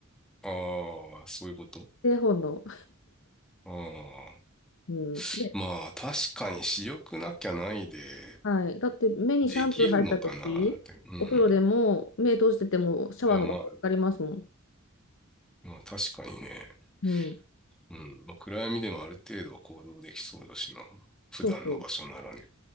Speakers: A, in the centre; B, on the left.
A: ああ、そういうこと
B: 製本の。
A: ああ。
B: うん。ね
A: まあ、確かに私欲なきゃないで、
B: はい。だって目にシャンプー入った時、
A: できるのかなって。うん。
B: お風呂でも目閉じててもシャワーの場所かかりますもん。
A: いや、まあ、まあ、確かにね。
B: うん。
A: うん。まあ、暗闇でもある程度は行動できそうだしな。普段の場所ならね。
B: そうそう。